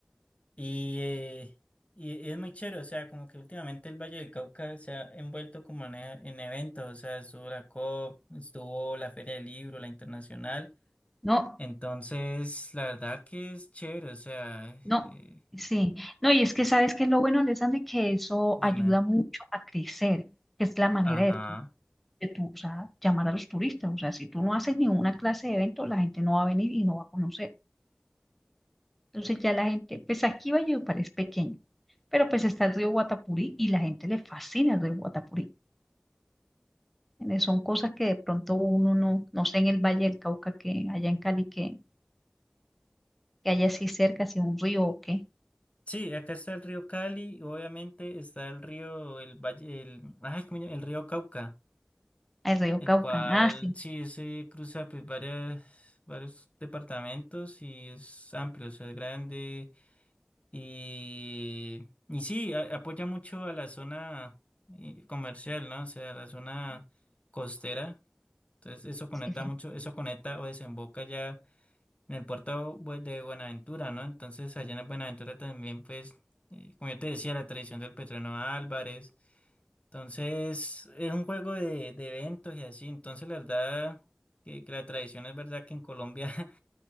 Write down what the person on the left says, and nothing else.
Y, eh, y e, es muy chévere, o sea, como que últimamente el Valle del Cauca se ha envuelto como en, e- en eventos, o sea, estuvo la COP, estuvo la Feria del Libro, la Internacional.
Entonces, la verdad que es chévere, o sea,
eh,
dime.
Ajá.
Sí, acá está el río Cali, obviamente está el río, el valle, el, ay, ¿cómo se llama? el río Cauca,
el
cual
sí se cruza pues varias, varios departamentos y es amplio, o sea, es grande. Y, y sí, a- apoya mucho a la zona eh, comercial, ¿no? O sea, a la zona costera. Entonces eso conecta
mucho, eso conecta o desemboca ya en el puerto bu- de Buenaventura, ¿no? Entonces allá en Buenaventura también, pues, eh, como yo te decía, la tradición del Petreno Álvarez. Entonces es un juego de, de eventos y así. Entonces la verdad que, que la tradición es verdad que en Colombia <laughs>